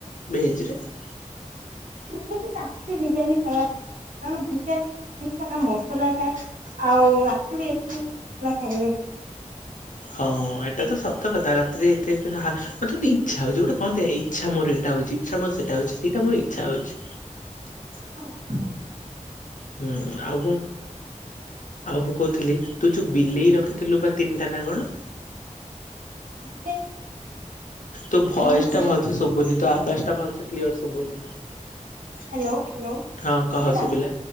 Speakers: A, on the left; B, on the right.
A: ଭେଜ୍‌ରେ? <unintelligible>
B: ନିହାତି ବିରିୟାନୀ ଖାଇବା କଣ ବିରିୟାନୀ ବହୁତା ମସଲା ଥାଏ ଆଉ ରାତିରେ ଏ ମସଲା ଖାଇ
A: <inaudible> ହଁ ଏଇଟା ତ ସତ କଥା ରାତିରେ ଏତେ ମତେ ଇଚ୍ଛା ହଉଛି ଗୋଟେ କଁ ଦେ ଇଚ୍ଛା ମୋର ଏଇଟା ହଉଛି ଇଚ୍ଛା ମୋ ସେଇଟା ହଉଛି ସେଇଟା ମୋର ଇଚ୍ଛା ହଉଛି। <inaudible>
B: ହଁ।
A: ହୁଁ ଆଉ ମୁଁ ଆଉ ମୁଁ କହୁଥିଲି ତୁ ଯୋଉ ବିଲେଇ ରଖିଥିଲୁ ବା ତିନିଟା ନା କଣ?
B: ଦିଟା
A: ତୋ ଭଏସ୍
B: କଣ କନା
A: ଟା ଭଲସେ
B: ହ୍ୟାଲୋ
A: ଶୁଭୁନି ତୋ ଆଭସ୍ ଟା ଭଲସେ କ୍ଲିୟର ଶୁଭୁନି।
B: ହ୍ୟାଲୋ ହ୍ୟାଲୋ
A: ହଁ କହ
B: ଶୁବିଲା।
A: ଶୁଭିଲା।